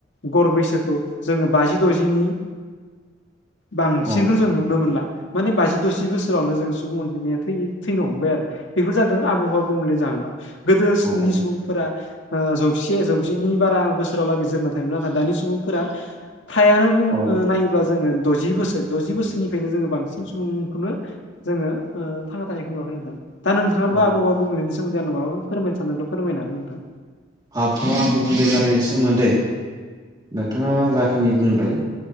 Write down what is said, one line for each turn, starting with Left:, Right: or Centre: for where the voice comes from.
Left: गर बैसोखौ जोङो बाजि द'जिनि बांसिनखौ
Right: औ
Left: जों नुनो मोनला माने बाजि दजि बोसोरावनो जों सुबुं अनजिमाया थैयो थैनो हमबाय आरो। बेफोर जादों आबहावा गुबुंले जाहोनाव गोदोनि
Right: औ
Left: सुबुंफोरा ओ जौसे जौस नि बारा बोसोरावलागै जोरना थायोमोन नाथाय दानि सुबुंफोरा थायानो बुङो
Right: औ
Left: नायोब्ला जोङो द'जि बोसोर द'जि बोसोरनिफ्रायनो जोङो बांसिन सुबुंखौनो जोङो ओ थांना थानायखौ नुवाखै नोंथां। दा नोंथाङाबो
Right: औ
Left: आबहावा गुबुंलेनि सोमोन्दै आंनो माबाफोर फोरमायनो सानदोंब्ला फोरमायनो हागोन नोंथां।
Right: आबहावा गुबुंले जानायनि सोमोन्दै नोंथाङा जाखिनि बुंबाय